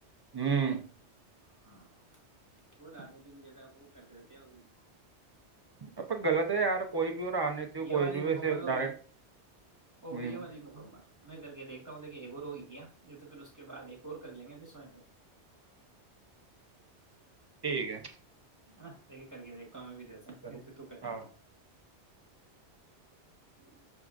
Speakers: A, on the right (about 35°); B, on the right (about 15°).
A: ہوں
B: ہاں وہ راجنیتی میں زیادہ وہ کرتے رہتے ہیں وہ بھی
A: ا غط ہے یار کوئی بھی اور رانیتی ہو
B: یہ
A: کوئی
B: والی
A: بھی
B: مکمل
A: ویسے
B: ہوگئی
A: ڈائریکٹ
B: ہو
A: ہ
B: گئی ہے والی مکمر میں کر کے دیکھتا ہوں دیکو کیا جو تو پھر اس کے بعد ایک اور کر لیں گے پھر سوئیں گے پھر
A: ٹھیک ہے
B: ہےا لیک کے کر کے دیکھ بھیدھر سے
A: ضرور
B: پہ تو کر
A: ہاں
B: لینا <inaudible>